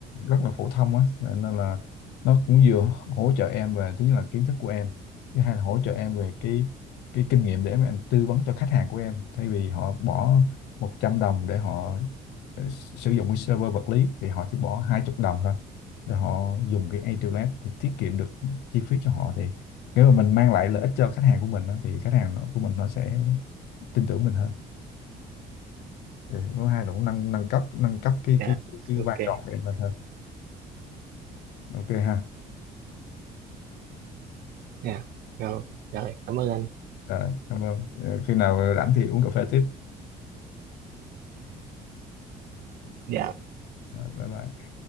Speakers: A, on the left (about 80°); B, on the right (about 65°).
A: rất là phổ thông á nên nên là nó cũng vừa hỗ trợ em về thứ nhất là kiến thức của em thứ hai là hỗ trợ em về cái cái kinh nghiệm để mà em tư vấn cho khách hàng của em thay vì họ bỏ 100 đồng để họ ờ, s- sử dụng cái server vật lý thì họ chỉ bỏ 20 đồng thôi để họ dùng cái AWS thì tiết kiệm được chi phí cho họ thì nếu mà mình mang lại lợi ích cho khách hàng của mình á, thì khách hàng nó, của mình nó sẽ tin tưởng mình hơn Ừ, thứ hai là cũng nâng nâng cấp nâng cấp cái
B: dạ
A: cái cái
B: ok
A: vai trò của em lên hơn ok ha
B: dạ rồi rồi cảm ơn anh
A: Rồi, cảm ơn. Ờ, Khi nào rảnh thì uống cà phê tiếp.
B: dạ
A: Rồi, bye bye.